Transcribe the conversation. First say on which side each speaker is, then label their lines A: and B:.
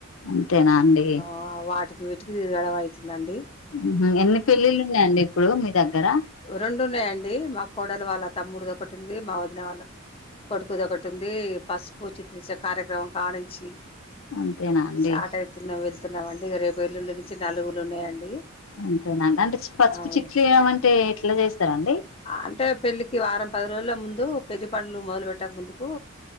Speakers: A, on the left (about 70°); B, on the left (about 25°).
A: అంతేనా అండి
B: ఆ వాటికి వెటికి తిరగడం అయితుందండి
A: ఉహు ఎన్ని పెళ్ళిళ్లు ఉన్నాయండి ఇప్పుడు మీ దగ్గర
B: రెండు ఉన్నాయండి మా కోడలు వాళ్ళ తమ్ముడుది ఒకటి ఉంది మా వదిన వాళ్ళ కొడుకుదొ ఒకటి ఉంది పసుపు చిత్రీచ కార్యక్రమం కానుంచి
A: అంతేనా అండి
B: స్టార్ట్ అయితున్నాం వెళ్తున్నాం అండి ఇగ రేపు ఏళ్లుండి నుంచి నలుగులు ఉన్నాయండి
A: అంతేనండి అంటే పసుపు
B: అవును
A: చిట్లు ఇయడం అంటే ఎట్లా చేస్తరండి
B: అంటే పెళ్లికి వారం పది రోజుల ముందు పెళ్లి పండ్లు మొదలు పెట్టక ముందుకు